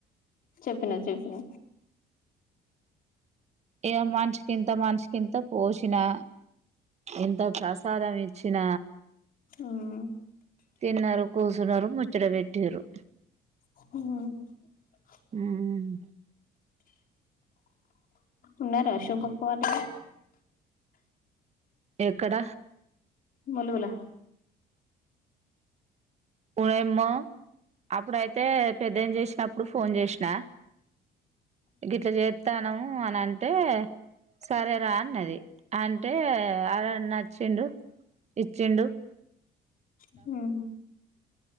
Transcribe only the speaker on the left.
చెప్పిన చెప్పిన
ఉమ్
మ్
ఉన్నారా శోభ అక్క వాళ్లు
వాళ్ల వాల
అవును <inaudible>